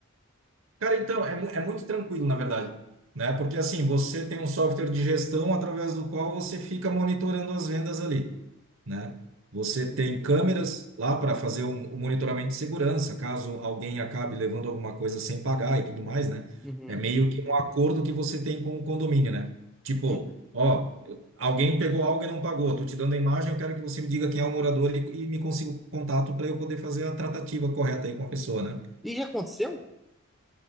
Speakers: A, on the right; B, in the centre.
A: Cara, então, é, mu- é muito tranquilo, na verdade, né? Porque assim, você tem um software de gestão através do qual você fica monitorando as vendas ali, né? Você
B: Uhum,
A: tem câmeras lá para fazer o o monitoramento de segurança, caso alguém acabe levando alguma coisa sem pagar e tudo mais, né?
B: uhum,
A: É meio que um acordo que você tem com o condomínio, né? Tipo,
B: uhum.
A: ó, eu- alguém pegou algo e não pagou, tô te dando a imagem, eu quero que você me diga quem é o morador e, e me consiga o contato para eu poder fazer a tratativa correta aí com a pessoa, né?
B: E já aconteceu?